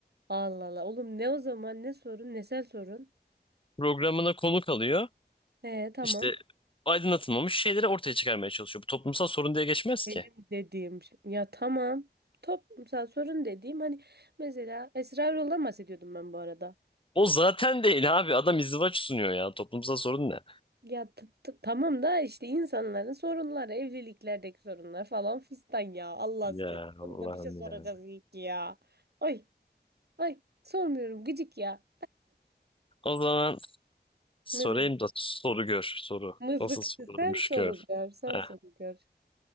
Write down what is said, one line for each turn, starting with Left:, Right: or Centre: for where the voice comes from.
Right: Allah Allah. Oğlum ne o zaman ne sorun nesel sorun.
Left: programına konuk alıyor.
Right: He tamam.
Left: İşte aydınlatılmamış şeyleri ortaya çıkarmaya çalışıyor. Bu toplumsal sorun diye geçmez
Right: Benim
Left: ki.
Right: dediğim şey. Ya tamam. Toplumsal sorun dediğim hani mesela Esrarol'dan bahsediyordum ben bu arada.
Left: O zaten değil abi. Adam izdivaç sunuyor ya. Toplumsal sorun ne?
Right: Ya t- t- tamam da işte insanların sorunları, evliliklerdeki sorunlar falan fistan ya. Allah
Left: Ya
Right: seni. Onu
Left: Allah'ım
Right: da bir şey soracağız
Left: ya.
Right: ilk ya. Ay ay sormuyorum gıcık ya.
Left: O zaman sorayım
Right: Mızık.
Left: da soru gör. Soru.
Right: Mızıkçı
Left: Nasıl sorulmuş
Right: sen soruluyor
Left: gör.
Right: sen
Left: Heh,
Right: soruluyor.